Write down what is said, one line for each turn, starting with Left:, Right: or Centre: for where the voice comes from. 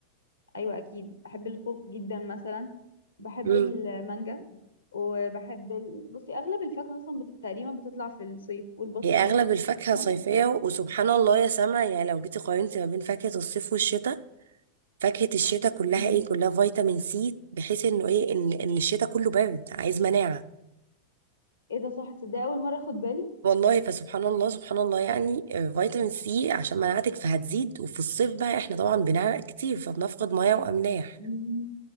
Left: ايوه اكيد بحب الخوخ جدا مثلا بحب
Right: امم
Left: المانجا وبحب ال... بصي اغلب الفاكهه اصلا بت... تقريبا بتطلع في الصيف والبطيخ
Right: هي اغلب الفاكهه
Left: انما
Right: صيفيه وسبحان الله يا سما يعني لو جيتي قارنتي ما بين فاكهه الصيف والشتاء فاكهة الشتاء كلها
Left: الشتاء
Right: ايه كلها فيتامين سي بحيث انه ايه ان ان الشتاء كله برد عايز مناعة
Left: ايه ده صح تصدق اول مره اخد بالي
Right: والله فسبحان الله سبحان الله يعني آه، فيتامين سي عشان مناعتك فهتزيد وفي الصيف بقى احنا طبعا بنعرق كتير فبنفقد مية واملاح
Left: مم.